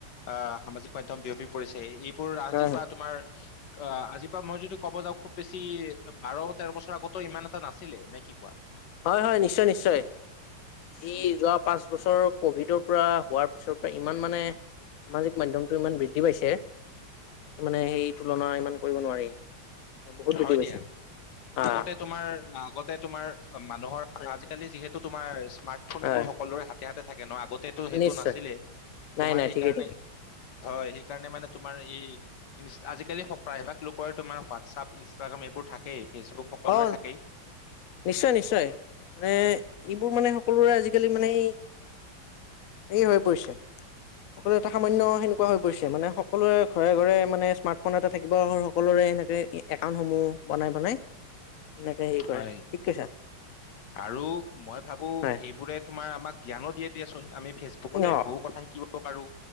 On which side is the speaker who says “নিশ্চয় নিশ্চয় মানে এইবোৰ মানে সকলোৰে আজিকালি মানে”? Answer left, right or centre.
Left